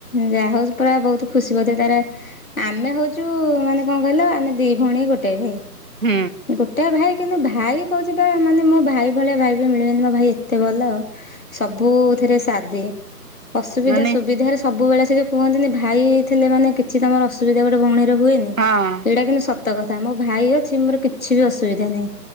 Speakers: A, on the left; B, on the right.
A: ଯାହା ହଉଛି ପୁରା ବହୁତ ଖୁସି ବୋଧେ ତାର ଆମେ ହଉଛୁ ମାନେ କଣ କହିଲ ଆମେ ଦି ଭଉଣୀ ଗୋଟେ ଭାଇ।
B: ହୁଁ।
A: ଛୋଟିଆ ଭାଇ କିନ୍ତୁ ଭାଇ କହୁଛିଥିବା ମାନେ ମୋ ଭାଇ ଭଳିଆ ଭାଇ ବି ମିଳିବେନି ମୋ ଭାଇ ଏତେ ଭଲ ଆଉ। ସବୁଥିରେ ସାଥ ଦିଏ ଅସୁବିଧା
B: ମାନେ
A: ସୁବିଧାରେ ସବୁବେଳେ ସେ ଯୋଉ କୁହନ୍ତି ଭାଇ ଥିଲେ ମାନେ କିଛି ତୁମର ଅସୁବିଧା ଗୋଟେ ଭଉଣୀରେ ହୁଏନି।
B: ହଁ
A: ଏଇଟା କିନ୍ତୁ ସତ କଥା ମୋ ଭାଇ ଅଛି ମୋର କିଛି ବି ଅସୁବିଧା ନାହିଁ।